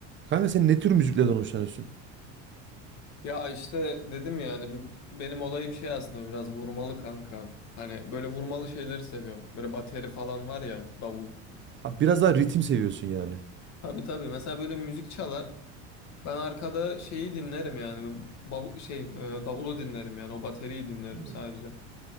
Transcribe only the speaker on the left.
Ya işte dedim yani be- benim olayım şey aslında biraz vurmalı kanka. Hani böyle vurmalı şeyleri seviyorum. Böyle bateri falan var ya davul.
Tabii tabii mesela böyle müzik çalar. Ben arkada şeyi dinlerim yani bavu- şey e, davulu dinlerim yani o bateriyi dinlerim
sadece.